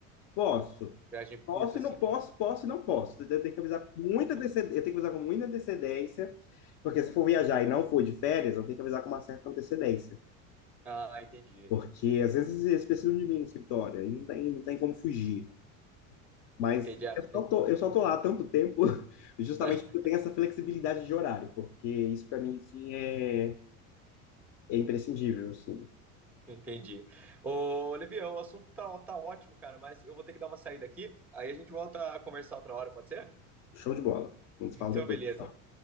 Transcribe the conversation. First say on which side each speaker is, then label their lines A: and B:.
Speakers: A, on the left; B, in the centre.
A: Posso.
B: Viagem
A: Posso
B: curta, assim.
A: e não posso, posso e não posso. Eu tenho que avisar com muita antecedência, eu tenho que avisar com muita antecedência, porque se for viajar e não for de férias, eu tenho que avisar com uma certa antecedência,
B: Ah, entendi.
A: porque às vezes eles precisam de mim no escritório e não tem, não tem como fugir. Mas
B: Entendi, ah,
A: eu
B: não tem.
A: só tô, eu só tô lá há tanto tempo, <laughs> justamente
B: <laughs>
A: porque eu tenho essa flexibilidade de horário, porque isso para mim sim é, é imprescindível, assim.
B: Entendi. Ô, Olivia, o assunto tá, tá ótimo, cara, mas eu vou ter que dar uma saída aqui, aí a gente volta a conversar outra hora, pode ser?
A: Show de bola. A gente se
B: Então,
A: fala depois.
B: beleza.
A: Tá?